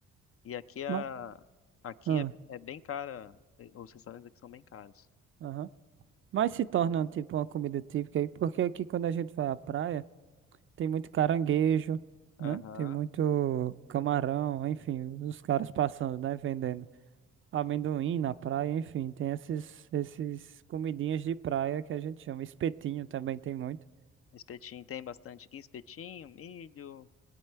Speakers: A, on the left; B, on the right.
A: E aqui a
B: Ma-
A: aqui
B: ah.
A: é, é bem cara, eh, os restaurantes aqui são bem caros.
B: Aham. Mas se torna tipo uma comida típica aí, porque aqui quando a gente vai à praia, tem muito caranguejo,
A: Aham.
B: né? Tem muito camarão, enfim, os caras passando, né? Vendendo amendoim na praia, enfim, tem esses, esses comidinhas de praia que a gente chama. Espetinho também tem muito.
A: Espetinho tem bastante aqui, espetinho, milho,